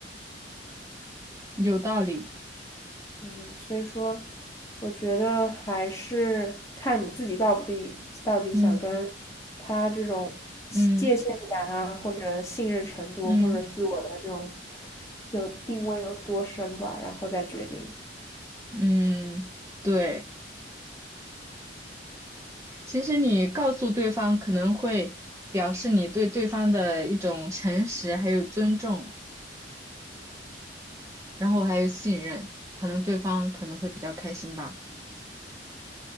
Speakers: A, on the right; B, on the left.
A: 有道理。
B: 嗯，所以说，我觉得还是看你自己到底到底想跟他这种界限感啊，
A: 嗯嗯
B: 或者信任程度，
A: 嗯
B: 或者自我的这种有定位有多深吧，然后再决定。
A: 嗯，对。其实你告诉对方可能会表示你对对方的一种诚实还有尊重。然后还有信任，可能对方可能会比较开心吧。